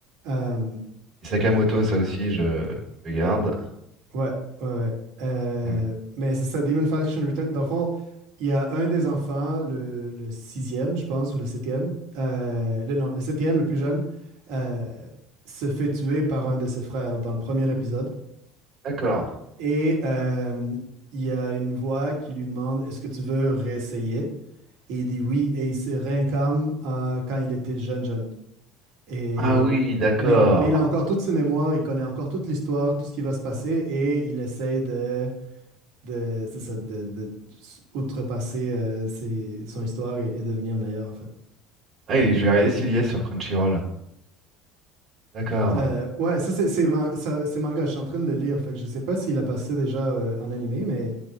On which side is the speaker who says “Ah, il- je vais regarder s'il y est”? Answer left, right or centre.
Right